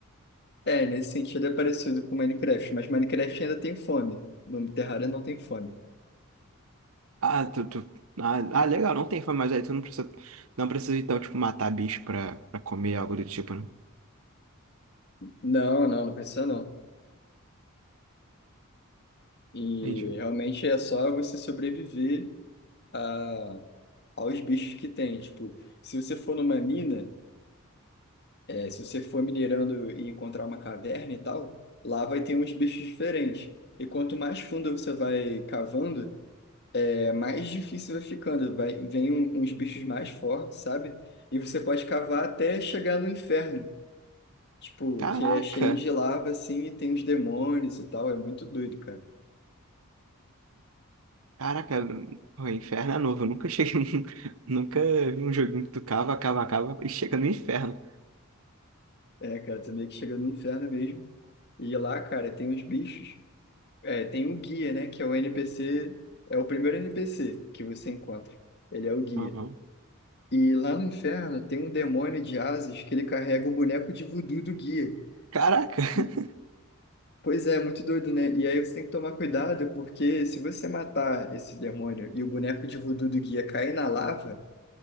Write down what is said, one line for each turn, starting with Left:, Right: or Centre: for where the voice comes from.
Left: É, nesse sentido é parecido com Minecraft, mas Minecraft ainda tem fome. No Terraria não tem fome.
Right: Ah, tu, tu- ah, ah, legal, não tem fome, mas aí tu não precisa, não precisa então, tipo, matar bicho pra, pra comer algo do tipo, né?
Left: Não, não, não precisa não. E
Right: Entendi.
Left: realmente é só você sobreviver a- aos bichos que tem. Tipo, se você for numa mina, é, se você for minerando e encontrar uma caverna e tal, lá vai ter uns bichos diferentes. E quanto mais fundo você vai cavando, é mais difícil vai ficando. Vai, vem um- uns bichos mais fortes, sabe? E você pode cavar até chegar no inferno. Tipo,
Right: Caraca,
Left: que é cheio de lava, assim, e tem uns demônios e tal. É muito doido, cara.
Right: caraca, o inferno é novo, eu nunca cheguei, <laughs> nunca vi um joguinho que tu cava, cava, cava e chega no inferno.
Left: É, cara, você meio que chega no inferno mesmo. E lá, cara, tem uns bichos. É, tem um guia, né? Que é o NPC, é o primeiro NPC que você encontra. Ele é o guia.
Right: Aham.
Left: E lá no inferno tem um demônio de asas que ele carrega o boneco de voodoo do guia.
Right: Caraca. <laughs>
Left: E, pois é, muito doido, né? E aí você tem que tomar cuidado, porque se você matar esse demônio e o boneco de voodoo do guia cair na lava,